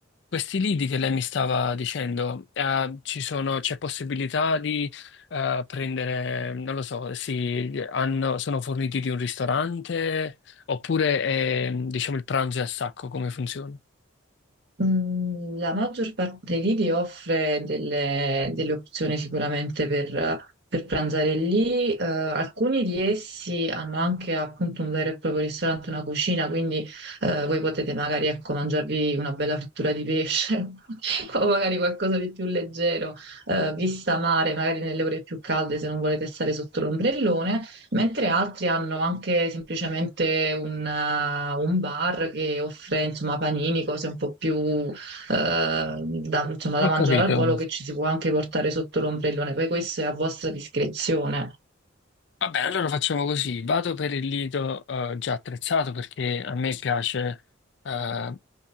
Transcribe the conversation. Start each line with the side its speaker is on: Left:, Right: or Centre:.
Left: questi lidi che lei mi stava dicendo, eh, ci sono- c'è possibilità di eh, prendere, non lo so, si, hanno- sono forniti di un ristorante oppure è, diciamo il pranzo è a sacco, come funziona?
Right: Mm, La maggior parte dei lidi offre delle, delle opzioni sicuramente per, per pranzare lì. Eh, alcuni di essi hanno anche appunto un vero e proprio ristorante, una cucina, quindi eh, voi potete magari ecco, mangiarvi una bella frittura di pesce <laughs> o magari qualcosa di più leggero, eh, vista mare, magari nelle ore più calde se non volete stare sotto l'ombrellone mentre altri hanno anche semplicemente un, eh, un bar che offre insomma panini, cose un po' più eh, da, insomma,
Left: Ho
Right: da mangiare
Left: capito.
Right: al volo che ci si può anche portare sotto l'ombrellone, poi questo è a vostra discrezione.
Left: Vabbè, allora facciamo così. Vado per il lido eh, già attrezzato perché a me piace eh,